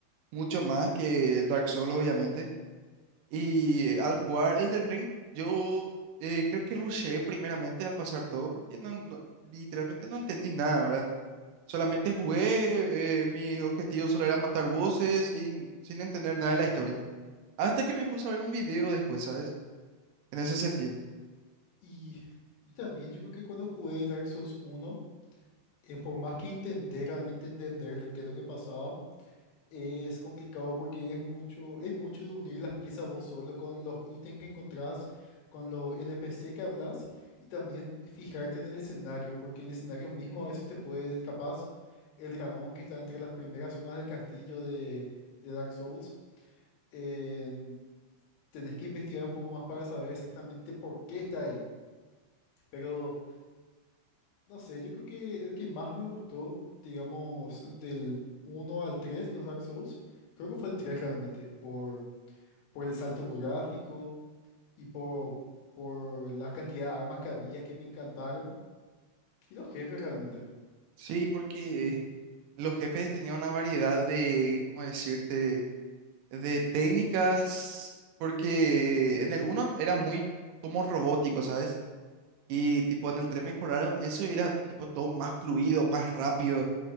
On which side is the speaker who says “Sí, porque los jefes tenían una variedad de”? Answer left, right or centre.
Right